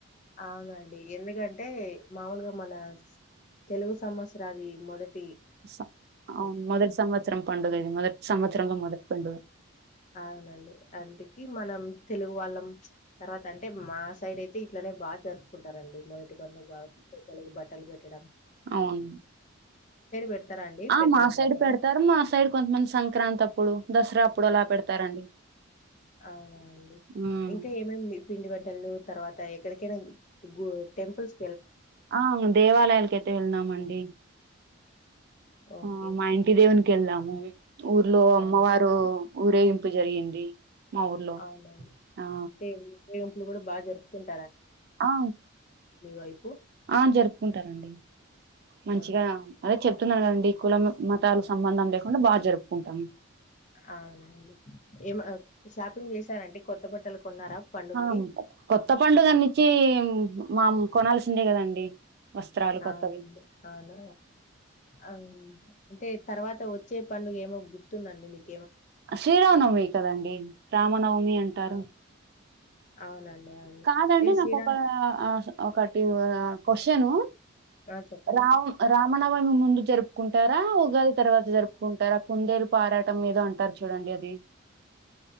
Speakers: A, on the left (about 35°); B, on the right (about 50°).
A: ఆవునండి ఎందుకంటే మాములుగా మన తెలుగు సంవత్సరాంది మొదట్
B: స అవ్ మొదటి సంవత్సరం పండుగ ఇది మొదటి సంవత్ రంగ మొదటి పండుగ
A: అవునండి. అందుకి మనం తెలుగు వాళ్ళం తర్వాత అంటే మా సైడ్ ఐతే ఇట్లనే బాగ్ జరుప్కుంటం రండి మొదటి పండుగ బట్ట <unintelligible> లి బెట్టిడం
B: ఔన్
A: పెడతారా అండి
B: ఆ
A: పెద్దలకు
B: మా సైడ్
A: బట్టలు?
B: పెడతారు మా సైడ్ కొంతమంది సంక్రాంతి అప్పుడు దసరా పుడ అలా పెడతారండి
A: అవునాండి
B: ఉమ్
A: ఇంకా ఏమేమ్ పిండి వంటలు తర్వాత ఎక్కడికైనా గూ టెంపుల్స్
B: ఆ దేవాలయాలకైతే వెల్నామండి
A: ఓకే.
B: ఆ మా ఇంటి దేవునికి వెళ్లాము ఊర్లో అమ్మవారు
A: అవును.
B: ఊరేగింపు జరిగింది మా ఊర్లో
A: అవునవును
B: ఆ
A: సేమ్ సేమ్ ఇప్పుడు కూడా బా జరుగుతున్
B: ఆ
A: వైపు
B: ఆ జరుపుకుంటారండి మంచిగా
A: ఆ
B: అదే చెప్ చెతున్నాండి కులం మతాలు సంబంధం లేకుండా బా జరుపుకుంటాం
A: అవునండి ఏమ అ షాపింగ్ చేశారండీ కొత్త బట్టలు కొన్నారా పండుగకి
B: ఆ కొత్త పండుగ గురించి నుంచి మామ్ కొనాల్సిందే కదండి వస్త్రాలు
A: అవునండి
B: కొత్తవి
A: అవును అవును అంటే తర్వాత వచ్చే పండుగ ఏమో గుర్తుందండి మీకు
B: శ్రీరామ నమి కదండి రామనవం అంటారు
A: ఆ అవునండి అవును
B: కాదండి
A: అంటే
B: నాకు
A: శ్రీరామ్
B: ఒక ఒకటి క్వశ్చను
A: ఆ చెప్పండి
B: రామ్ రామనవమి ముందు జరుపుకుంటారా ఉగాది తర్వాత జరుపుకుంటారా కుందేలు పారాటం ఏదో అంటారు చూడండి అది